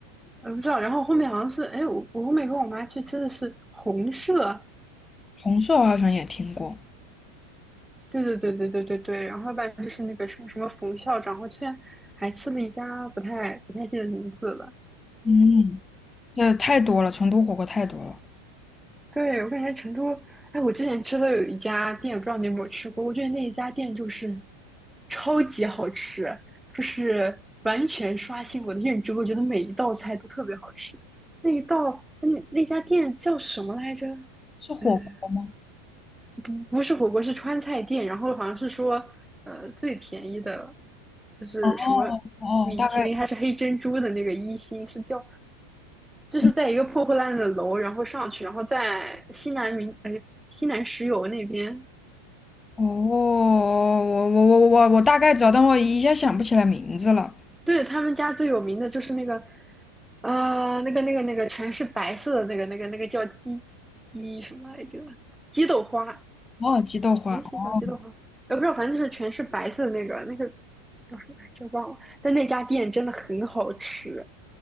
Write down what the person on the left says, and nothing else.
红烧好像也听过，
嗯。这太多了，成都火锅太多了。
是火锅吗？
哦哦，
大概，
嗯
哦，我我我我我大概知道，但我一下想不起来名字了。
哦，鸡豆花，
哦，